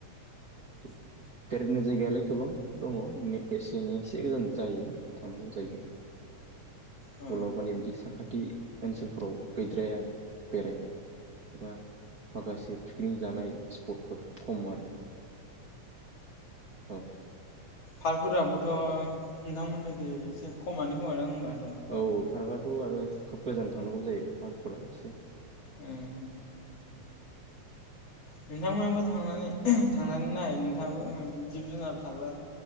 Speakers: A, on the right (about 30°); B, on the left (about 50°).
A: दे बेरायनो जायगायालाय गोबां दङ <unintelligible> जोंना एसे गोजान जायो थांनांगौ जायो
B: ओ
A: वलाव माने बिदि साखाथि ओनसोलफोराव गैद्राया आरो बेरायनाय एबा माखासे पिकनिक जानाय स्पटफोर खम आरो औ।
B: फार्क फोराबोथ' नोंथांमोननिखै एसे खमानो खोमादां होमबा।
A: औ फार्कआ थ आरो खोब गोजान थांनांगौ जाहैबाय पार्कफोरा एसे
B: उम नोंथांमोनहाबो थांनानै थांनानै नायै नोंथाङाबो जिब जुनार थाग्रा